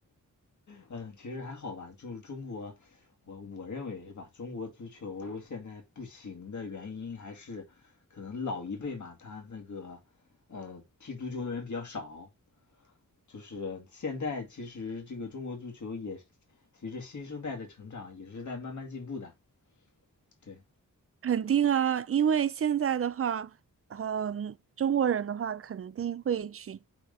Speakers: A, on the left (about 60°); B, on the right (about 45°).
A: 嗯，其实还好吧，就是中国，我我认为是吧，中国足球现在不行的原因还是可能老一辈嘛，他那个呃踢足球的人比较少，就是现在其实这个中国足球也随着新生代的成长，也是在慢慢进步的。对，
B: 肯定啊，因为现在的话，嗯，中国人的话肯定会去，